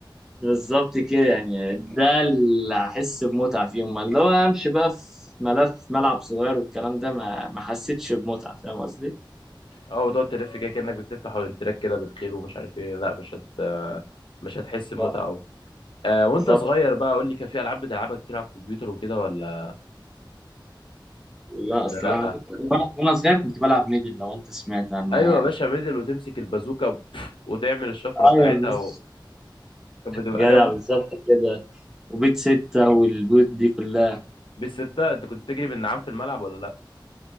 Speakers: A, in the centre; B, on the left (about 80°).
A: بالظبط كده يعني ده اللي احس بمتعة فيه امال لو امشي بقى في ملف ملعب صغير والكلام ده ما ما حسيتش بمتعة فاهم قصدي
B: اه وتقعد تلف كده كأنك بتلف حول التراك كده بالخيل ومش عارف ايه لا مش هت آه، مش هتحس
A: لا
B: بمتعة قوي آه وانت
A: بالظبط
B: صغير بقى قول لي كان في العاب بتلعبها كتير على الكمبيوتر وكده ولا
A: لا
B: ولا
A: الصراحة
B: لا
A: كنت- وانا وأنا صغير كنت بلعب ميدل لو انت سمعت عنها
B: ايوه
A: يعني
B: يا باشا ميدل وتمسك البازوكه بف، وتعمل الشفره
A: ايوه
B: بتاعتها
A: مش
B: و... كانت بتبقى
A: جدع
B: جنب
A: بالظبط كده وبيت ستة والبيوت دي كلها
B: بالستة انت كنت بتجري بالنعام في الملعب ولا لا